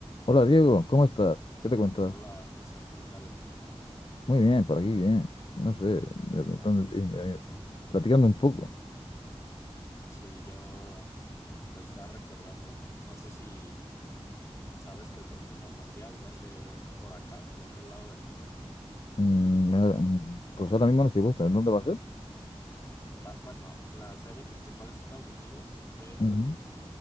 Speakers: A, on the left; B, on the left.
A: Hola Diego, ¿cómo estás? ¿Qué te cuentas?
B: Hola José, ¿qué tal?
A: Muy bien, por aquí, bien. No sé, de- dónde- eh, eh, platicando un poco.
B: Sí, yo pues estaba recordando, no sé si sabes que el próximo mundial va a ser por acá, por este lado del mundo.
A: Mm, me- mm, pues ahora mismo no estoy puesto. ¿En dónde va a ser?
B: Va, bueno, la sede principal es Estados Unidos, pero
A: Ujú.